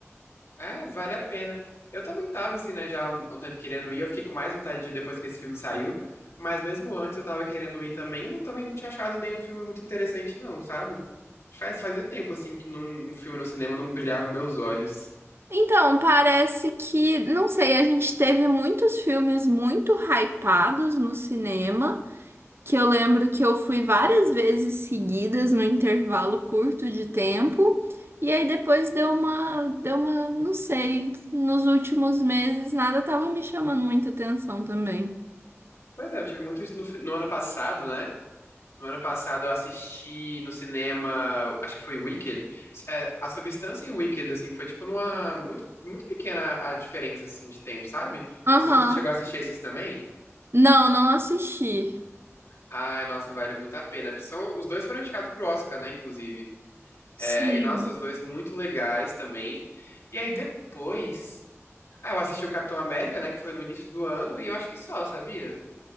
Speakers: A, on the left (about 65°); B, on the right (about 55°).
A: É, vale a pena. Eu também tava, assim, né, já há um um tempo querendo ir. Eu fiquei com mais vontade de ir depois que esse filme saiu. Mas mesmo antes eu tava querendo ir também. Eu não, também não tinha achado nenhum filme muito interessante, não, sabe? Faz, fazia tempo, assim, que num, um filme no cinema não brilhava meus olhos.
B: Então, parece que, não sei, a gente teve muitos filmes muito hypados no cinema. que eu lembro que eu fui várias vezes seguidas no intervalo curto de tempo. E aí depois deu uma, deu uma, não sei, nos últimos meses nada tava me chamando muita atenção também.
A: Mas é, eu tive muito isso no, fi- no ano passado, né? No ano passado eu assisti no cinema, acho que foi Wicked. É, a Substância e Wicked, assim, que foi tipo numa. Muito, muito pequena a diferença, assim, de tempo, sabe?
B: Aham.
A: Eu não sei se você chegou a assistir esses também.
B: Não, não assisti.
A: Ai, nossa, vale muito a pena. São, os dois foram indicados pro Oscar, né, inclusive. É,
B: Sim.
A: e, nossa, os dois muito legais também. E aí, depois... Ah, eu assisti o Capitão América, né, que foi no início do ano, e eu acho que só, sabia?